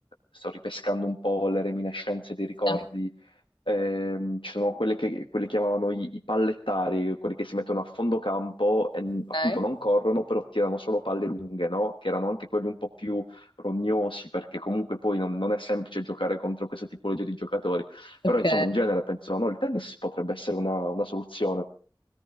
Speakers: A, on the left; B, on the left.
A: sto ripescando un po' le reminiscenze dei ricordi,
B: Sì,
A: Ehm, ci sono quelle che quelli chiamavano i, i pallettari, quelli che si mettono a fondo campo e n-
B: Ok.
A: appunto non corrono, però tirano solo palle lunghe, no? Che erano anche quelli un po' più rognosi, perché comunque poi non, non è semplice giocare contro questa tipologia di giocatori.
B: Ok.
A: Però insomma, in genere penso, no, il tennis potrebbe essere una, una soluzione.